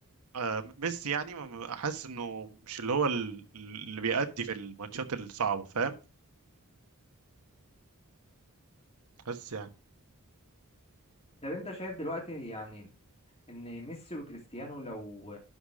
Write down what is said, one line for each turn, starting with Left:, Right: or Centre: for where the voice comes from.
Right: آه، ميسي يعني م- احس انه مش اللي هو ال- اللي بيأدي في الماتشات الصعبة فاهم حاسس يعني
Left: طب انت شايف دلوقتي يعني ان ميسي وكريستيانو لو